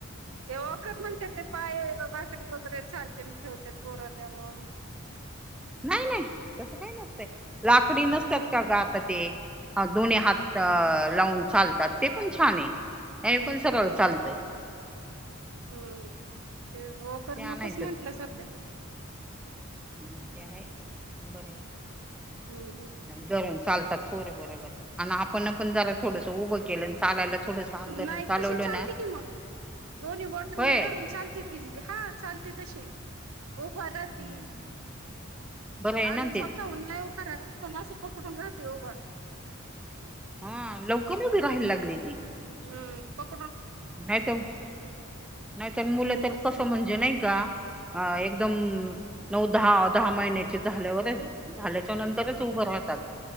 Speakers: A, on the right; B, in the centre.
A: ते वॉकर
B: नाही
A: म्हणते ते पाय चकरी वगैरे चालतील ठेवतात पोर त्या मग
B: नाही नाही तस काही नसतय लाकडी नसतात का ग आता ते दोने हात अ लावून चालतात ते पण छान आहे हे पण
A: हम्म
B: सरळ चालत
A: हम्म ते हो कर
B: ते आणायचं
A: नकस म्हंटलं सध्या
B: हम्म ते आहे बरं आहे
A: हम्म
B: धरून चालतात होर बरोबर आणि आपण पण जरा थोडंसं उभं केलं चालायला थोडस हात धरून
A: नाही
B: चालवलं
A: तशी चालते
B: ना
A: कि मग दोन्ही बोटांनी
B: होय
A: धरून चालते तिची ति हा चालते तशी उभ राहती
B: हं, बरं आहे ना
A: अजून
B: तेच
A: स्वतः हुन लई उभ राहती पण अस पकडून राहती उभ
B: हा लवकर उभी राहायला लागली ती
A: हम् पक
B: नाहीतर नाहीतर मुलं तर कसं म्हणजे नाही का अ एकदम नऊ दहा दहा महिन्याचे झाल्यावरच झाल्याच्या नंतरच उभं राह